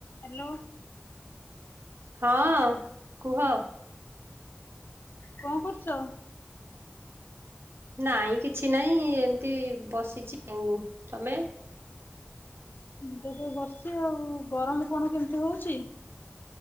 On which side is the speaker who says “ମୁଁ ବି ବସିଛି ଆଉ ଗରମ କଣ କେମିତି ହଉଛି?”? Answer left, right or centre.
Left